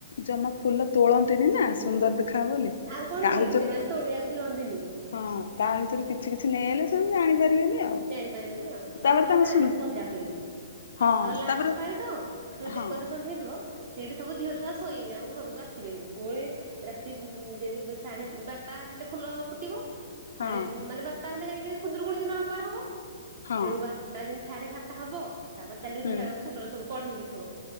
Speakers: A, on the left; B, on the right.
A: ଜମା ଫୁଲ ତୋଳନ୍ତିନି ନା ସୁନ୍ଦର ଦେଖାହବ ବୋଲି।
B: ଆଉ କଣ
A: ତା
B: କି
A: ଭିତରୁ
B: ସେମାନେ ତୋଳିଆକୁ ଦିଅନ୍ତିନି।
A: ହଁ ତା ଭିତରୁ କିଛି କିଛି ନେଇ ଆଇଲେ ସବୁ ଜାଣିପାରିବେନି ଆଉ।
B: ଜାଣିପାରିବେନି ଆଉ
A: ତାପରେ
B: ଆଉ ବାହା
A: ତାଙ୍କ
B: ବାହାରି
A: ସୁ
B: ବି ମଜା ହୁଏ।
A: ହଁ
B: ଆଉ ଲାଷ୍ଟ
A: ତାପରେ
B: ପାଳି ତ
A: ହଁ
B: ଡେକୋରେସନ ହେଇଥିବ। ସେଇଠି ସବୁ ଝିଅ ଛୁଆ ଶୋଇବେ ଆଉ ଘରକୁ ଆସିବେନି ପୁଣି ରାତି ଯେମିତି ସାଢେ ବାରଟା ହେଲେ ଫୁଲ ଫୁଟିବ।
A: ହଁ
B: ସାଢେ ମାନେ ବାରଟା ହେଲେ ଜାଣିକି ଖୁଦୁରୁକୁଣୀ ଦିନ ରବିବାର ହବ।
A: ହଁ
B: ତେଣୁ ବା ତା ଯେମିତି ସାଢେ ବାରଟା ହବ ତାପରେ ଚାଲ
A: ହୁଁ
B: ଦେଖିଲା ବଳକୁ ଫୁଲର ସବୁ କଢେଇକିଥବ।